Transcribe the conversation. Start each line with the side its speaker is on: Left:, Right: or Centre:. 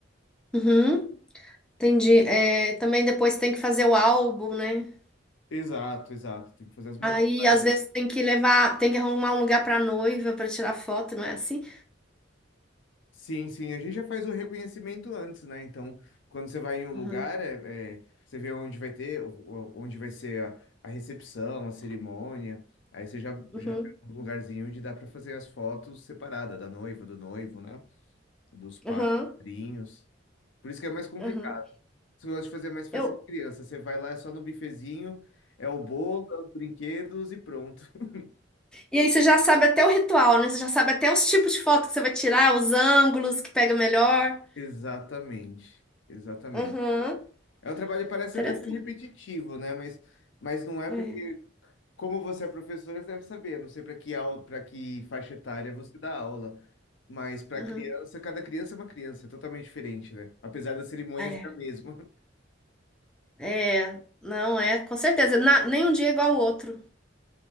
Centre: uhum, entendi. É, também depois tem que fazer o álbum, né?
Left: Exato, exato. Tem que fazer as montagens.
Centre: Aí às vezes tem que levar, tem que arrumar um lugar para noiva para tirar foto, não é assim?
Left: Sim, sim. A gente já faz o reconhecimento antes, né? Então, quando você vai em um lugar,
Centre: Uhum,
Left: é, é, você vê onde vai ter, o- onde vai ser a, a recepção, a cerimônia. Aí você já,
Centre: uhum,
Left: já vê um lugarzinho onde dá para fazer as fotos separada da noiva, do noivo, né? dos padrinhos.
Centre: uhum,
Left: Por isso que é mais complicado.
Centre: uhum.
Left: Você gosta de fazer mais festa
Centre: Eu...
Left: de criança. Você vai lá, é só no bifezinho, é o bolo, é os brinquedos e pronto. <laughs>
Centre: E aí você já sabe até o ritual, né? Você já sabe até os tipos de foto que você vai tirar, os ângulos que pega melhor.
Left: Exatamente, exatamente.
Centre: Uhum.
Left: É um trabalho que parece
Centre: Interessante.
Left: até ser repetitivo, né? Mas, mas não é
Centre: É.
Left: porque, como você é professora, você deve saber. Não sei para que aula, para que faixa etária você dá aula. Mas para
Centre: Uhum.
Left: criança, cada criança é uma criança, é totalmente diferente, né? Apesar da cerimônia
Centre: É,
Left: ser a mesma, <laughs>
Centre: é, não é, com certeza. Na, nenhum dia é igual ao outro.